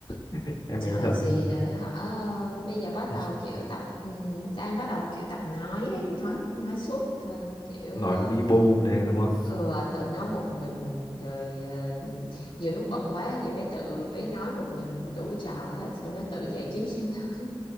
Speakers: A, on the left; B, on the left.
A: <laughs> em
B: Trời
A: bé có trò
B: gì
A: gì rồi
B: rồi hả? Ờ, Bây giờ bắt
A: <laughs>
B: đầu kiểu tập ừm, đang bắt đầu kiểu tập nói ấy, nói nói suốt thôi, kiểu
A: nói
B: ờ,
A: bi bô này đúng không
B: ừ, à, tự nói một mình rồi ờ, ừ, nhiều lúc bận quá thì bé tự bé nói một mình đủ trò hết xong nó tự giải trí cho nó